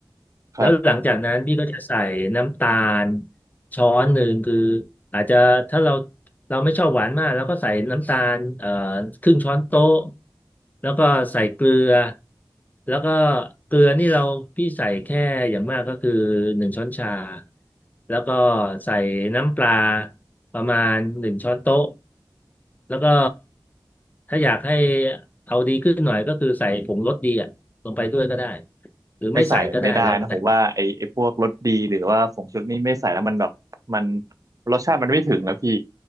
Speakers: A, on the right; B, on the left.
A: ครับ
B: แล้วหลังจากนั้นพี่ก็จะใส่น้ำตาลช้อนหนึ่งคืออาจจะถ้าเราเราไม่ชอบหวานมากแล้วก็ใส่น้ำตาลเอ่อครึ่งช้อนโต๊ะแล้วก็ใส่เกลือแล้วก็เกลือนี่เราพี่ใส่แค่อย่างมากก็คือหนึ่งช้อนชาแล้วก็ใส่น้ำปลาประมาณหนึ่งช้อนโต๊ะแล้วก็ถ้าอยากให้เอาดีขึ้นหน่อยก็คือใส่ผงรสดีอ่ะลงไปด้วยก็ได้หรือไม่ใส่ก็ได้แล้วแต่
A: ไม่ใส่มันไม่ได้นะผมว่าไอไอพวกรสดีหรือว่าผงชูรสนี่ไม่ใส่แล้วมันแบบมันรสชาติมันไม่ถึงแล้วพี่